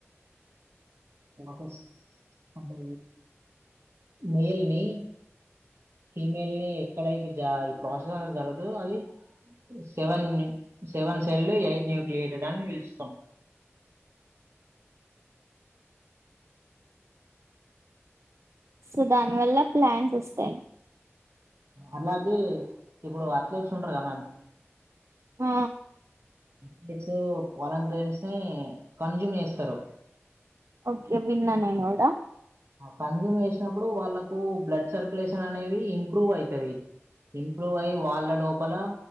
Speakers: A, on the right (about 65°); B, on the right (about 80°).
A: హస్ అంటే మేల్ని ఫీమెయిల్ ని ఎక్కడైతే జ ఈ ప్రాసెస్ అనే జరుగుతదో అది seven seven cell eight nucleated అని పిలుస్తాం
B: సో దాని వల్ల ప్లాన్స్ వస్తాయి
A: అలాగే ఇప్పుడు అథ్లెట్స్ ఉంటారు గ మ్యామ్
B: ఆ
A: అప్లైట్స్ వాల గ్రైన్స్ ని కన్జూమ్ చేస్తారు
B: ఓకే విన్న నెన్ గూడ
A: కన్జూమ్ చేసినప్పుడు వాళ్ళకు బ్లడ్ సర్కులేషన్ అనేవి ఇంప్రూవ్ అయితవి ఇంప్రూవ్ అయి్యి వాళ్ళ లోపల